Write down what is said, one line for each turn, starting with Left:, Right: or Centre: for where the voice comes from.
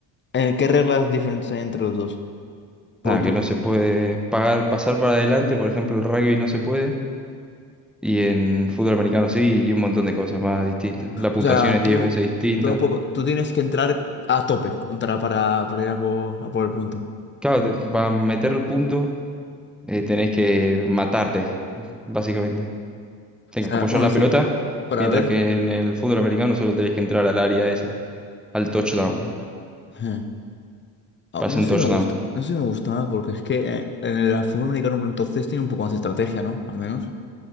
Left: eh, ¿qué reglas diferentes hay entre los dos? Porque
Centre: Nada, que
Left: tú,
Centre: no se puede pagar, pasar para adelante, por ejemplo, el rugby no se puede. Y en fútbol americano sí, y un montón de cosas más distintas. La puntuación
Left: o sea,
Centre: es
Left: tú,
Centre: 10 veces distinta.
Left: tú, no puedes- tú tienes que entrar a tope contra, para, para ir a por, a por el punto.
Centre: Claro,
Left: No.
Centre: te-
Left: O
Centre: para meter el punto eh, tenés que matarte, básicamente. Tenés
Left: sea,
Centre: que apoyar
Left: bueno,
Centre: la
Left: sí,
Centre: pelota,
Left: para
Centre: mientras
Left: ver...
Centre: que en el fútbol americano solo tenés que entrar al área esa al touchdown.
Left: eh, ah,
Centre: Pasó
Left: No sé
Centre: un touchdown.
Left: si me gusta, no sé si me gusta nada, porque es que eh, en el fútbol americano, por entonces, tiene un poco más de estrategia, ¿no? Al menos.